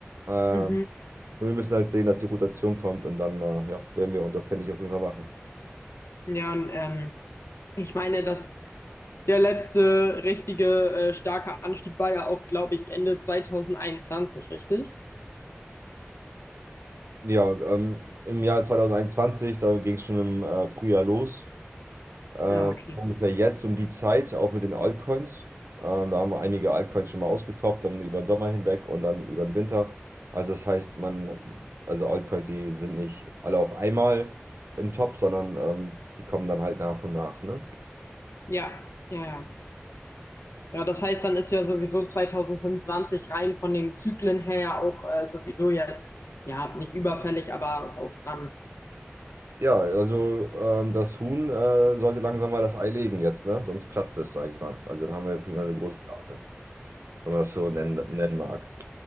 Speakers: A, on the right; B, on the left.
A: Ähm,
B: Mhm.
A: und wir müssen halt sehen, dass die Rotation kommt und dann äh, ja, werden wir unser Pfennig auf jeden Fall machen.
B: Ja, und ähm, ich meine, dass der letzte richtige äh, starke Anstieg war ja auch, glaube ich, Ende 2021, richtig?
A: Ja, ähm, im Jahr 2021, da ging es schon im äh, Frühjahr los. Ähm,
B: Ja, okay.
A: ungefähr jetzt um die Zeit, auch mit den Altcoins. Ähm, da haben wir einige Altcoins schon mal ausgetoppt, dann über den Sommer hinweg und dann über den Winter. Also das heißt, man, also Altcoins, die sind nicht alle auf einmal im Top, sondern ähm, die kommen dann halt nach und nach, ne?
B: Ja, ja, ja. Ja, das heißt, dann ist ja sowieso 2025 rein von den Zyklen her ja auch äh, sowieso jetzt, ja, nicht überfällig, aber auch dran.
A: Ja, also ähm, das Huhn äh, sollte langsam mal das Ei legen jetzt, ne? Sonst platzt es, sage ich mal. Also dann haben wir auf jeden Fall eine große Blase, wenn man das so nennen, nennen mag.